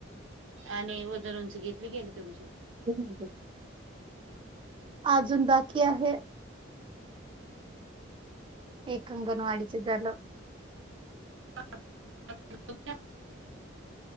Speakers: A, on the right; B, on the right.
A: आणि वजन उंच घेतली गेली तुमची.
B: <unintelligible> अजून बाकी आहे. एक अंगणवाडीच झालं.
A: <unintelligible>